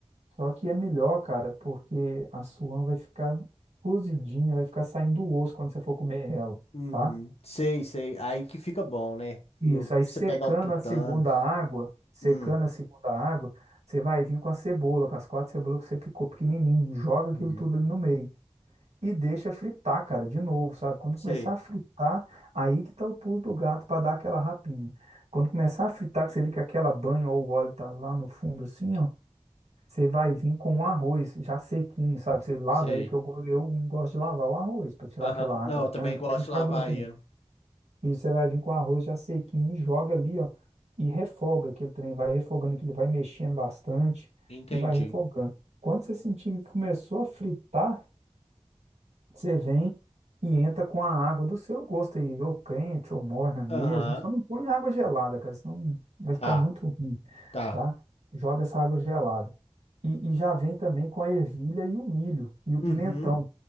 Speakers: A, on the right; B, on the left.
A: Só que é melhor, cara, porque a suã vai ficar cozidinha, vai ficar saindo o osso quando você for comer ela,
B: Uhum.
A: tá?
B: Sei, sei. Aí que fica bom, né? E
A: Isso,
B: eu-
A: aí secando
B: você pegar o tutano.
A: a segunda água, secando
B: Hum.
A: a segunda água, você vai vir com a cebola, com as quatro cebolas que você picou pequenininho, joga aquilo
B: Uhum.
A: tudo ali no meio e deixa fritar, cara, de novo, sabe? Quando
B: Sei,
A: começar a fritar, aí que tá o pulo do gato para dar aquela rapinha. Quando começar a fritar, que você vê que aquela banha ou o óleo tá lá no fundo assim, ó, você vai vir com o arroz já sequinho, sabe? Você lava
B: sei.
A: aí que eu, go- eu gosto de lavar o arroz para tirar
B: Aham.
A: aquela água
B: Não, eu também
A: branca,
B: gosto
A: para não ficar
B: de lavar
A: grudento.
B: ele.
A: E você vai vir com o arroz já sequinho, joga ali, ó, e refoga aquele trem, vai refogando que ele vai mexendo bastante
B: Entendi.
A: e vai refogando. Quando você sentir que começou a fritar, você vem e entra com a água do seu gosto aí, ou quente, ou morna mesmo.
B: Aham.
A: Só não põe água gelada, cara, senão vai ficar
B: Tá,
A: muito ruim,
B: tá.
A: tá? Joga essa água gelada. E, e já vem também com a ervilha e o milho e o
B: Uhum.
A: pimentão